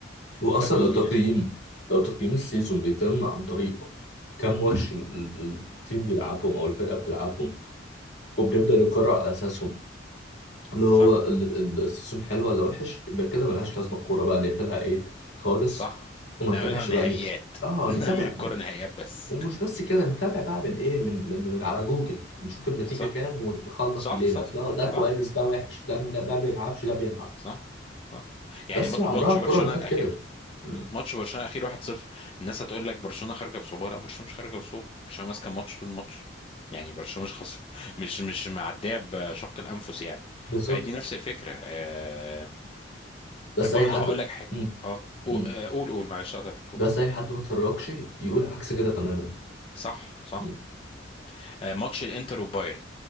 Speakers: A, on the left; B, on the left.
A: وأصلا
B: فدي
A: لو تقييم لو تقييم السيزون بيتم عن طريق كم ماتش ال- ال- التيم بيلعبهم أو الفرقة بتلعبهم وبنبدأ نقرر على أساسهم اللي هو
B: صح
A: ال- ال- السيزون حلو ولا وحش يبقى كده ملهاش لازمه الكوره بقى نقفلها ايه خالص
B: صح
A: وما
B: نعملها
A: نتابعش
B: نهائيات
A: بقى نت... اه
B: <laughs>
A: نتابع
B: نعمل الكره نهائيات بس
A: ومش بس كده نتابع بقى من ايه من من, من على جوجل نشوف النتيجه
B: صح
A: كام ونخلص
B: صح
A: الليله
B: صح
A: لا ده كويس
B: صح
A: ده وحش ده ده ما بيلعبش ده بيلعب
B: صح صح يعني
A: بس
B: ماتش
A: يا عمرها
B: ماتش
A: الكوره
B: برشلونة
A: ما كانت
B: الأخير
A: كده م.
B: ماتش برشلونة الأخير 1-0 الناس هتقول لك برشلونة خارجة بصعوبة لا برشلونة مش خارجة بصعوبة برشلونة ماسكة الماتش طول الماتش يعني برشلونة مش خسر <laughs> مش مش معدية بشق الأنفس يعني
A: بالظبط
B: فهي دي نفس الفكرة آه
A: بس
B: برضه
A: اي حد
B: هقول لك حاجة
A: م.
B: اه قو-
A: م.
B: آه، قول قول معلش قطعتك قول
A: بس اي حد ما اتفرجش يقول عكس كده تماما
B: صح صح
A: م.
B: آه، ماتش الانتر وبايرن